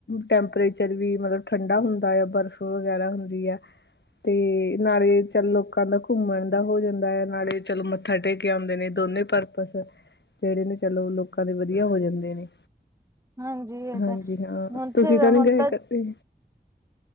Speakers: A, on the left; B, on the right.
A: ਟੈਂਪਰੇਚਰ ਵੀ ਮਤਲਬ ਠੰਡਾ ਹੁੰਦਾ ਆ ਬਰਫ਼ ਵਗੈਰਾ ਹੁੰਦੀ ਐ। ਤੇ ਨਾਲੇ ਚੱਲ ਲੋਕਾਂ ਦਾ ਘੁੰਮਣ ਦਾ ਹੋ ਜਾਂਦਾ ਏ ਨਾਲੇ ਚਲ ਮ <unintelligible> ਕੇ ਆਉਂਦੇ ਨੇ ਦੋਨੇ ਪਰਪਸ ਐ। ਔ ਜਿਹੜੇ ਨੇ ਚਲੋ ਲੋਕਾਂ ਦੇ ਵਧੀਆ ਹੋ ਜਾਂਦੇ ਨੇ
B: ਹਾਂਜੀ ਇਹ
A: ਹਾਂਜੀ
B: ਤਾਂ
A: ਹਾਂ,
B: ਉੱਥੇ
A: ਤੁਸੀਂ ਤਾਂ ਨੀ
B: ਹੁਣ
A: ਗਏ ਕਦੇ।